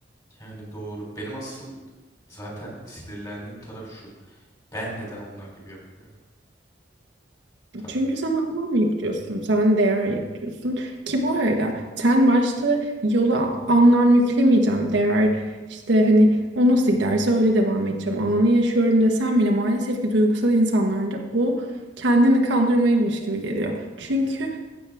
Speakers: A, on the left; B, on the right.
A: Yani doğru. Benim asıl zaten sinirlendiğim taraf şu. Ben neden onlar gibi yapamıyorum tarafı.
B: Çünkü sen anlam yüklüyorsun, sen değer yüklüyorsun. Ki bu arada sen başta yola anlam yüklemeyeceğim, değer işte hani o nasıl giderse öyle devam edeceğim. Anı yaşıyorum desem bile maalesef ki duygusal insanlarda o kendini kandırmaymış gibi geliyor. Çünkü